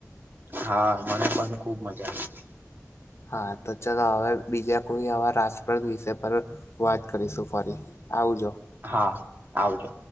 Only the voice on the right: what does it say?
હા, મને પણ ખુબ મજા આવી.
હા, આવજો.